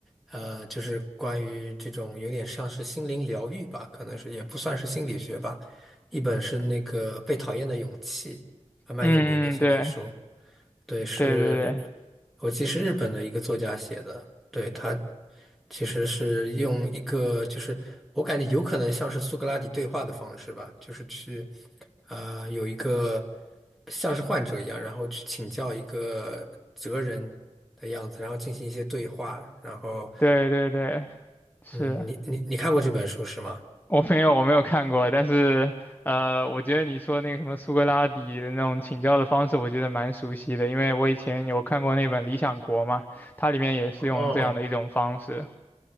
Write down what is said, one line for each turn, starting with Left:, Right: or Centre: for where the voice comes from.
Centre: 呃，就是关于这种有点像是心灵疗愈吧，可能是也不算是心理学吧。一本是那个《被讨厌的勇气》，还蛮有名的这本书。
Left: 嗯嗯，对
Centre: 对，是，
Left: 对对
Centre: 我记得是日本的一个作家写的。对，他其实是用一个，就是我感觉有可能像是苏格拉底对话的方式吧，就是去，呃，有一个像是患者一样，然后去请教一个哲人的样子，然后进行一些对话。然后，
Left: 对对对对，是。
Centre: 嗯，你你你看过这本书是吗？
Left: 我没有，我没有看过，但是呃，我觉得你说那个什么苏格拉底的那种请教的方式，我觉得蛮熟悉的，因为我以前有看过那本《理想国》嘛，它里面也是用这样的一种方式。
Centre: 哦